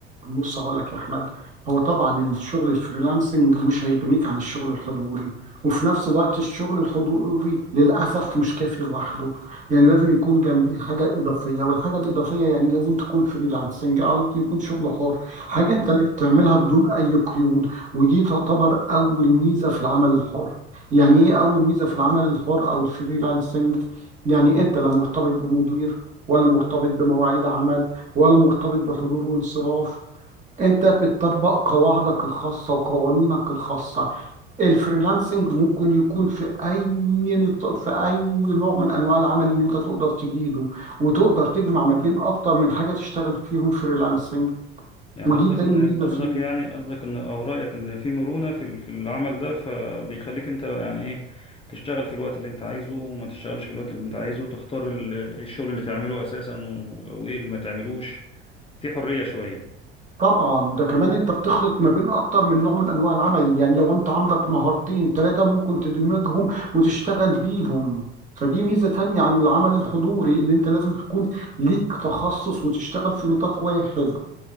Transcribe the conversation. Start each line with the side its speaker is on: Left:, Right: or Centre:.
Right: بص هقول لك يا احمد هو طبعا الشغل الفريلانسنج مش هيغنيك عن الشغل الحضوري وفي نفس الوقت الشغل الحضوري للاسف مش كافي لوحده يعني لازم يكون جنبيه حاجه اضافيه والحاجه الاضافيه يعني لازم تكون فريلانسنج او يكون شغل حر حاجه انت اللي بتعملها بدون اي قيود ودي تعتبر اول ميزه في العمل الحر يعني ايه اول ميزه في العمل الحر او الفريلانسنج يعني انت لا مرتبط بمدير ولا مرتبط بمواعيد عمل ولا مرتبط بحضور وانصراف انت بتطبق قواعدك الخاصة وقوانينك الخاصة الفريلانسنج ممكن يكون في اي نط... في اي نوع من انواع العمل اللي انت تقدر تجيده وتقدر تجمع ما بين اكتر من حاجة تشتغل فيهم فريلانسنج
Left: يعني
Right: ودي
Left: قصدك
Right: تاني
Left: ان
Right: ميزة
Left: قصدك
Right: فيه
Left: يعني قصدك ان او رايك ان في مرونه في ال- في العمل ده فبيخليك انت يعني ايه تشتغل في الوقت اللي انت عايزه وما تشتغلش في الوقت اللي انت عايزه تختار ال- الشغل اللي تعمله اساسا و- وايه اللي ما تعملوش في حريه شويه
Right: طبعا ده كمان انت بتخلط ما بين اكتر من نوع من انواع العمل يعني لو انت عندك مهارتين ثلاثة ممكن تدمجهم وتشتغل بيهم فدي ميزة تانية عن العمل الحضوري اللي انت لازم تكون ليك تخصص وتشتغل في نطاق واحد